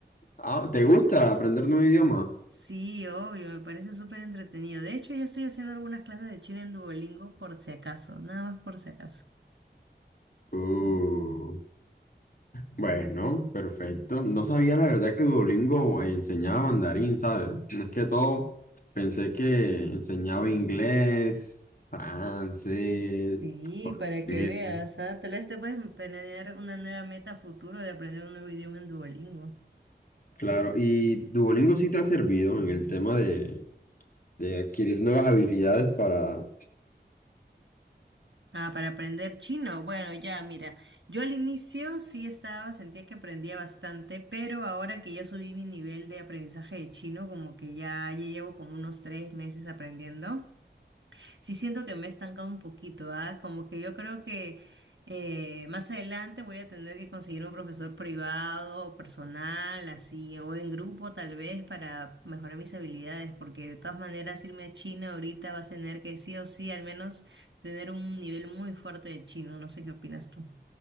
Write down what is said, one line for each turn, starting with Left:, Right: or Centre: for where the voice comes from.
Left: Ah, ¿te gusta aprender
Right: S-
Left: nuevo idioma?
Right: Sí, obvio, me parece súper entretenido. De hecho, yo estoy haciendo algunas clases de chino en Duolingo por si acaso, nada más por si acaso.
Left: Uh, bueno, perfecto. No sabía la verdad que Duolingo enseñaba mandarín, ¿sabes? Es que todo, pensé que enseñaba inglés, francés,
Right: Sí,
Left: portugués.
Right: para que veas, ah, Tal vez te puedes planear una nueva meta a futuro de aprender un nuevo idioma en Duolingo.
Left: Claro, ¿y Duolingo sí te ha servido en el tema de, de adquirir nuevas habilidades para...
Right: Ah, para aprender chino. Bueno, ya, mira, yo al inicio sí estaba, sentía que aprendía bastante, pero ahora que ya subí mi nivel de aprendizaje de chino, como que ya, ya llevo como unos tres meses aprendiendo. sí siento que me he estancado un poquito, ¿ah? Como que yo creo que eh, más adelante voy a tener que conseguir un profesor privado o personal, así, o en grupo tal vez para mejorar mis habilidades, porque de todas maneras irme a China ahorita vas a tener que sí o sí al menos tener un nivel muy fuerte de chino, no sé qué opinas tú.